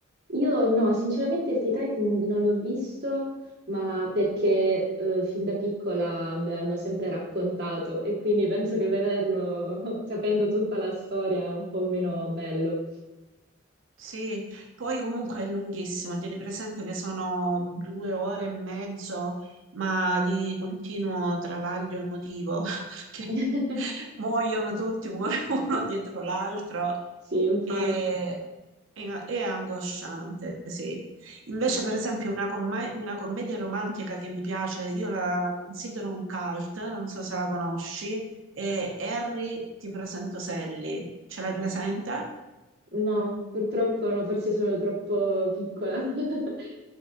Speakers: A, on the right; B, on the right.
A: Io no, sinceramente il Titanic non l'ho visto, ma perché eh, fin da piccola me l'hanno sempre raccontato e quindi penso che vederlo <laughs> sapendo tutta la storia è un po' meno bello.
B: Sì, poi comunque è lunghissima, tieni presente che sono due ore e mezzo, ma di continuo travaglio emotivo, <laughs> perché
A: <laughs>
B: muoiono tutti mu- <laughs> uno dietro l'altro
A: Sì, infatti.
B: E, e- e angosciante, sì. Invece,
A: Mm.
B: per esempio, una, comme- una commedia romantica che mi piace, io la considero un cult, non so se la conosci, è Harry, ti presento Sally. Ce l'hai presente?
A: No, purtroppo no, forse sono troppo piccola. <laughs>